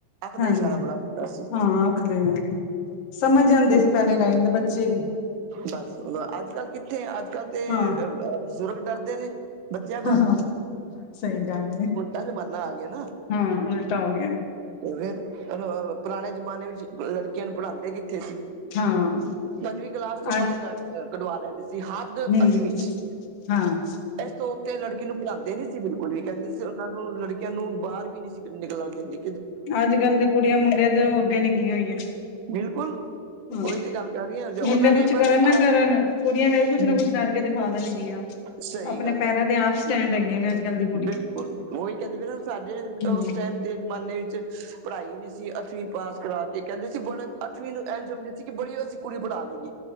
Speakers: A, on the right (about 85°); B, on the left (about 85°).
A: ਅੱਖ
B: ਹਾਂਜੀ
A: ਦਾ ਇਸ਼ਾਰਾ ਬੜਾ ਹੁੰਦਾ ਸੀ।
B: ਹਾਂ ਅੱਖ ਦੇ ਨਾਲ ਸਮਝ ਜਾਂਦੇ
A: ਤੇ
B: ਸੀ ਪਹਿਲੇ ਟਾਈਮ ਦੇ ਬੱਚੇ ਵੀ
A: ਬੱਸ ਅੱਜ-ਕੱਲ ਕਿੱਥੇ ਅੱਜ ਅੱਜ-ਕੱਲ ਤੇ
B: ਹਾਂ
A: ਬਜ਼ੁਰਗ ਡਰਦੇ ਨੇ ਬਚਿਆ
B: ਹਾਂ
A: ਕੋਲੋਂ
B: ਸਹੀ ਗੱਲ ਹੈ
A: ਆ ਜ਼ਮਾਨਾ ਆ ਗਿਆ ਨਾ।
B: ਹਾਂ ਉਲਟਾ ਹੋ ਗਿਆ
A: ਤੇ ਫੇਰ ਪੁਰਾਨੇ ਜਮਾਨੇ ਵਿੱਚ ਲੜਕੀਆਂ ਨੂੰ ਪੜਾਂਦੇ ਕਿਥੇ ਕਿਥੇ ਸੀ।
B: ਹਾਂ
A: ਪੰਜਵੀਂ ਕਲਾਸ ਚੋ
B: ਅੱਜ
A: ਬਾਰ ਕੱਢ ਕਢਵਾ ਲੈਂਦੇ ਸੀ। ਹੱਦ
B: ਹੂੰ
A: ਅੱਠਵੀਂ ਚ
B: ਹਾਂ ਹੂੰ
A: ਐਸ ਤੋ ਉੱਤੇ ਲੜਕੀ ਨੂੰ ਪੜਾਂਦੇ ਨੀ ਸੀ ਬਿਲਕੁਲ ਵੀ ਕੇ ਦੇ ਸੀ ਹੋਰ ਲੜਕੀਆਂ ਨੂੰ ਬਾਰ ਵੀ ਨੀ ਸੀ ਨਿਕਲਨ ਦੇਂਦੇ।
B: ਅੱਜ-ਕੱਲ ਦੇ ਕੁੜੀਆਂ ਮੁੰਡਇਆ ਤੋਂ ਅੱਗੇ ਨਿਕਲੀਆਂ ਹੋਈਐਂ।
A: ਬਿਲਕੁਲ।
B: ਹਾਂ,
A: ਉਹੀ ਤੇ ਗੱਲ ਕਰ ਰਹੀ ਹਾਂ ਉਹਨਾਂ
B: ਮੁੰਡੇ
A: ਨੇ
B: ਕੁੱਛ
A: ਬਸ
B: ਕਰਨ ਨਾ
A: ਆ
B: ਕਰਨ ਕੁੜੀਆਂ ਫੇਰ ਕੁਛ
A: ਹਮ
B: ਨਾ ਕੁਛ ਕਰਕੇ ਦਿਖਾ ਦੇਨਗੀਆਂ।
A: ਸਹੀ
B: ਅਪਨੇ
A: ਗੱਲ
B: ਪੈਰਾਂ
A: ਹੈ
B: ਤੇ ਆਪ ਸਟੈਂਡ ਹੈਗੀਆਂ ਨੇ ਅੱਜ ਕੱਲ੍ਹ ਦੀ ਕੁੜੀਆਂ।
A: ਬਿਲਕੁਲ, ਓਈ ਕੈਂਦੀ ਵੀ ਨਾ ਸਾਡੇ
B: ਹੂੰ
A: ਉਸ ਟਾਈਮ ਜਮਾਨੇ ਇੱਚ ਪੜਾਈ ਨੀ ਸੀ, ਅੱਠਵੀ ਪਾਸ ਕਰਾ ਕੇ ਕੈਂਦੇ ਸੀ ਬੜੇ, ਅੱਠਵੀ ਨੂੰ ਐਂਜ ਸਮਝਦੇ ਸੀ ਕਿ ਬੜੀ ਅਸੀ ਕੁੜੀ ਪੜਾ ਲਈਏ।